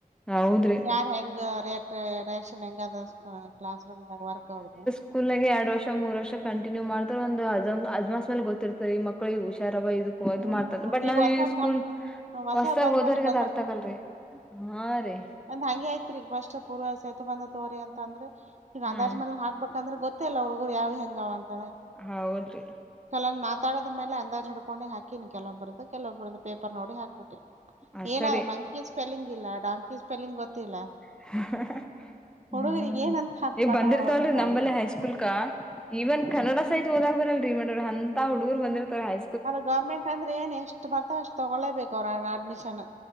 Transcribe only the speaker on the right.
ಯಾರ್ ಹೆಂಗ ರಿಯಾಕ್ಟ್ -- ರೆಷನ್ ಎಂಗಾದ ಕ್ಲಾಸ್ ರೂಮ್ ಒರ್ಕ್ ಅವ್ರಾದು.
ಹ್ಮ್
ಈಗ
ಹೊಸಾದ್
ನಮ್ ಹೊಸಾದ್
ಬಂದವ್ರಿಗ್
ಅದ ಹಂಗೆ ಐತ್ರಿ ಈಗ ಫಸ್ಟ್ ಪೂರ್ವ ಸೇತು ಬಂದ ತೋರಿ ಅಂತಂದ್ರ ಈಗ ಅಂದಾಜ್
ಮೇಲ ಹಾಕ. ಬೇಕಂದ್ರೆ ಗೊತ್ತ ಇಲ್ಲ ಹುಡ್ಗರು ಯಾವ್ ಹೆಂಗ ಅವ ಅಂತಳೆ.
ಕಲ ನ ಮಾತಾಡದ ಮೇ ಅಂದಾಜ ಹಿಡ್ಕೊಂಡು ಹಾಕಿನ್ ಕೆಲೊಬ್ಬರುದು ಕೆಲವಬ್ಬರುದ ಪೇಪರ್ ನೋಡಿ ಹಾಕ್ಬೇಕು.
ಏನಾದ್
ಮಂಕಿ ಸ್ಪೆಲ್ಲಿಂಗ್ ಇಲ್ಲ ಡಾಂಕಿ ಸ್ಪೆಲ್ಲಿಂಗ್ ಗೊತ್ತಿಲ್ಲ.
ಹುಡುಗರಿಗ್
ಏನಂತ
ಪಾಠ
ಮಾಡ್ಬೇಕಂತ
ಹುಡುಗರಿ
ಹ್ಮ್
ಅದು ಗೌರ್ಮೆಂಟ್ ಅಂದ್ರೆ ಏನ್ ಎಷ್ಟ್ ಬರ್ತಾವ ಅಷ್ಟ್ ತಗೊಳ್ಳೇಬೇಕು ಅವ್ರ ಅಡ್ಮಿಷನ್.